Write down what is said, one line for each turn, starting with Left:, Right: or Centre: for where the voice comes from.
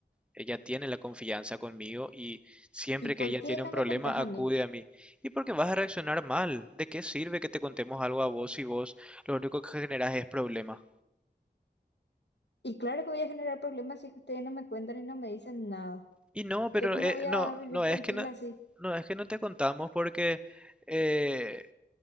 Centre: Ella tiene la confianza conmigo y siempre
Left: ¿Y por
Centre: que ella
Left: qué
Centre: tiene
Left: no
Centre: un problema
Left: me contás a
Centre: acude
Left: mí?
Centre: a mí. ¿Y por qué vas a reaccionar mal? ¿De qué sirve que te contemos algo a vos si vos lo único que generas es problema?
Left: Y claro que voy a generar problemas si es que ustedes no me cuentan y no me dicen nada.
Centre: Y no, pero
Left: ¿Yo cómo
Centre: eh,
Left: voy a
Centre: no,
Left: vivir
Centre: no es
Left: tranquila
Centre: que no,
Left: así?
Centre: no es que no te contamos porque eh,